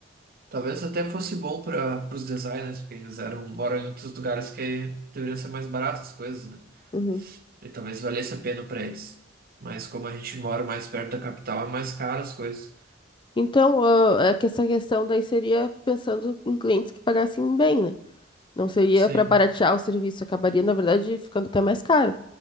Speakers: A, on the right; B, on the left.
A: Talvez até fosse bom para os designers, porque eles eram, moram em outros lugares que deveriam ser mais baratas as coisas, né?
B: Uhum.
A: E talvez valesse a pena para eles. Mas como a gente mora mais perto da capital, é mais caro as coisas.
B: Então, ah, é que essa questão daí seria pensando em clientes que pagassem bem, né? Não seria
A: Sim,
B: para baratear o serviço, acabaria, na verdade, ficando até mais caro.